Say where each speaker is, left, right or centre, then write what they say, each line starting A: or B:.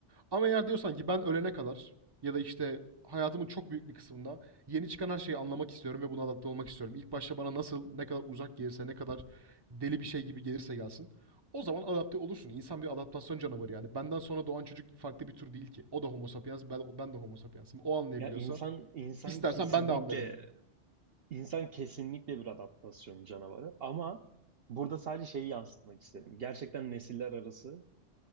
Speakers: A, on the right; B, on the right.
A: Ama eğer diyorsan ki ben ölene kadar ya da işte hayatımın çok büyük bir kısmında yeni çıkan her şeyi anlamak istiyorum ve buna adapte olmak istiyorum. İlk başta bana nasıl, ne kadar uzak gelirse, ne kadar deli bir şey gibi gelirse gelsin. O zaman adapte olursun. İnsan bir adaptasyon canavarı yani. Benden sonra doğan çocuk farklı bir tür değil ki. O da homo sapiens, ben, ben de homo sapiensim. O anlayabiliyorsa
B: ya insan insan
A: istersen
B: kesinlikle
A: ben de anlarım.
B: insan kesinlikle bir adaptasyon canavarı ama burada sadece şeyi yansıtmak istedim. Gerçekten nesiller arası